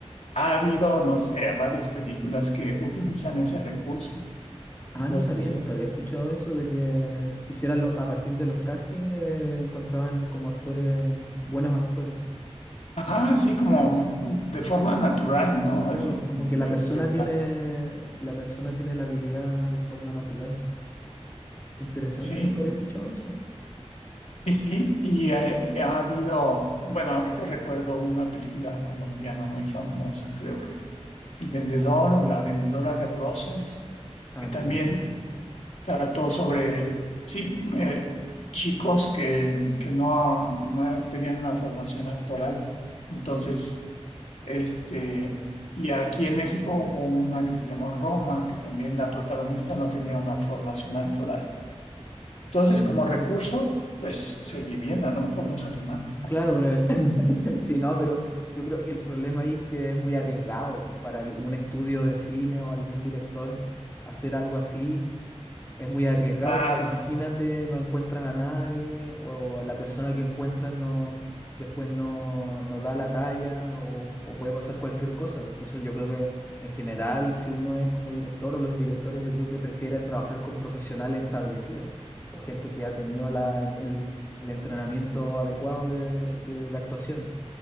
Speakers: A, on the left; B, on the left.
A: ha habido, no sé, varias películas que utilizan ese recurso. Entonces,
B: Ah, no sabía, nunca había escuchado eso de que hicieran lo- a partir de los castings eh, encontraban como actores, buenos actores.
A: ajá, así como de forma natural, ¿no?
B: Claro,
A: Así
B: como
A: como
B: que la
A: que
B: persona
A: se les
B: tiene,
A: da.
B: la persona tiene la habilidad de forma natural. Interesante,
A: Sí,
B: nunca había escuchado eso.
A: Y sí, y, eh, y ha habido, bueno, ahorita recuerdo una película colombiana muy famosa, creo que El Vendedor o La Vendedora de Rosas,
B: Ah,
A: que
B: no
A: también
B: la he visto.
A: trató sobre, sí, eh, chicos que, que no, que no tenían una formación actoral. Entonces, este, y aquí en México hubo una que se llamó Roma, que también la protagonista no tenía una formación actoral. Entonces,
B: Mm.
A: como recurso, pues se oye bien, a lo mejor nos animamos.
B: Claro, pero <laughs> sí, no, pero yo creo que el problema ahí es que es muy arriesgado para el- un estudio de cine o algún director hacer algo así es muy arriesgado
A: Claro,
B: porque imagínate, no encuentras a nadie o la persona que encuentras no después no, no da la talla o, o puede pasar cualquier cosa. Entonces yo creo que en general, si uno es como director o los directores, yo creo que prefieren trabajar con profesionales establecidos o gente que ha tenido la, el, el entrenamiento adecuado de, de- de actuación.